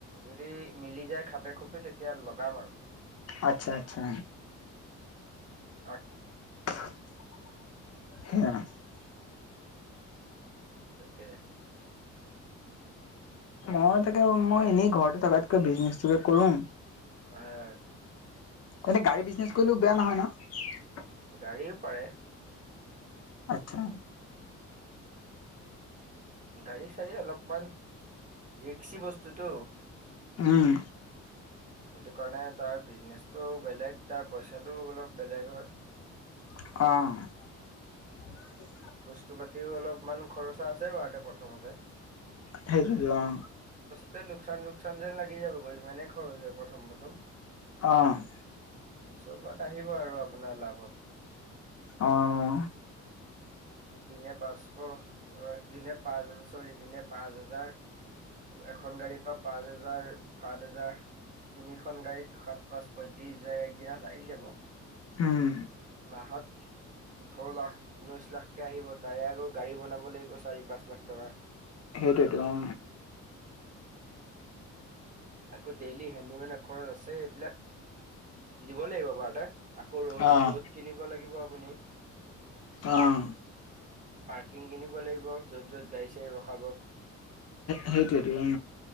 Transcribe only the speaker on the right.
যদি মিলি যায় খাপে খুপে তেতিয়া লগাম আৰু।
আকো
হেইটে
হয়।
গাড়ীও পাৰে।
গাড়ী চাড়ী অলপমান। ৰিক্সি বস্তুটো,
সেইটো কাৰণে তাৰ বিজনেচটো বেলেগ তাৰ পইচাটো অলপ বেলেগ হয়।
বস্তু পাতিও অলপমান খৰচা আছে বাৰু ততে প্ৰথমতে।
ত' লোকচান-লোকচান যেন লাগি যাবগৈ মানে খৰচ হয় প্ৰথম প্ৰথম।
পিছৰ পৰাত আহিব আৰু আপোনাৰ লাভত।
দিনে পাঁচশ আহ দিনে পাঁচ হাৰ চৰি দিনে পাঁচ হাজাৰ। এখন গাড়ীৰ পৰা পাঁচ হোজাৰ, সাত হাজাৰ। তিনিখন গাড়ীত সাত পাঁচ পঁয়ত্ৰিশ যায় একদিনত আহি যাব।
মাহত ওঠৰ লাখ, ঊনৈশ লাখকে আহিব তাৰে আকৌ গাড়ী বনাব লাগিব চাৰি, পাঁচ লাখ টকা।
আকৌ ডেইলি হেণ্ডিমেনৰ খৰচ আছে এইবিলাক। দিব লাগিব এবাৰতে, আকৌ ৰ'দ-ৰ'দ
কিনিব লাগিব আপুনি।
পাৰ্কিং কিনিব লাগিব, য'ত য'ত গাড়ী চাড় ৰখাব।